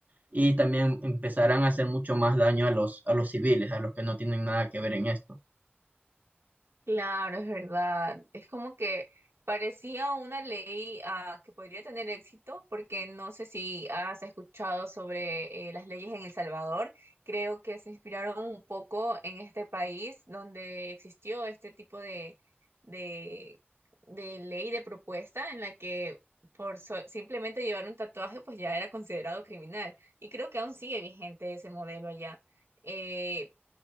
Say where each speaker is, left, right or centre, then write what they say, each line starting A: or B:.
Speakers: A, on the right; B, on the right.
A: y también empezarán a hacer mucho más daño a los, a los civiles, a los que no tienen nada que ver en esto.
B: Claro, es verdad. Es como que parecía una ley ah, que podría tener éxito, porque no sé si has escuchado sobre eh, las leyes en El Salvador. Creo que se inspiraron un poco en este país donde existió este tipo de, de, de ley, de propuesta en la que por so- simplemente llevar un tatuaje pues ya era considerado criminal. Y creo que aún sigue vigente ese modelo allá. Eh,